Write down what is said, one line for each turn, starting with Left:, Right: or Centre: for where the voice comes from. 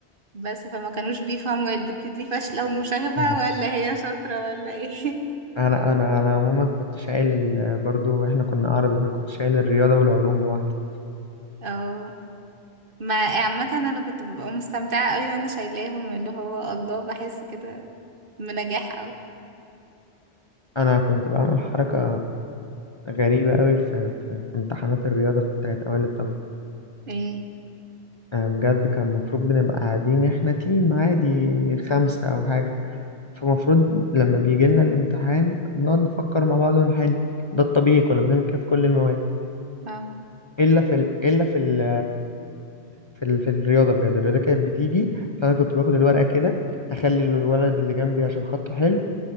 Right: بس فما كانوش بيفهموا هي البت دي فاشلة ومشاغبة
Left: مهم.
Right: ولا هي شاطرة ولا ايه
Left: انا انا انا عموما كنت شايل ال... برضو احنا كنا عربي فكنت شايل الرياضه والعلوم لوحدي
Right: <laughs> اه ما عامة انا كنت ببقى مستمتعة قوي وانا شايلاهم اللي هو الله بحس كده بنجاح قوي
Left: انا كنت بعمل حركه غريبه قوي في في, في امتحانات الرياضه في بتاعه اوائل الطلبه
Right: ايه
Left: أنا بجد كان المفروض بنبقى قاعدين احنا تيم عادي خمسه او حاجه فمفروض لما بيجي لنا الامتحان بنقعد نفكر مع بعض ونحل ده الطبيعي كنا بنعمل كده في كل المواد
Right: اه
Left: الا في ال... الا في ال... في, ال... في الرياضه بجد الرياضه كانت بتيجي فانا كنت باخد الورقه كده اخلي الولد اللي جنبي عشان خطه حلو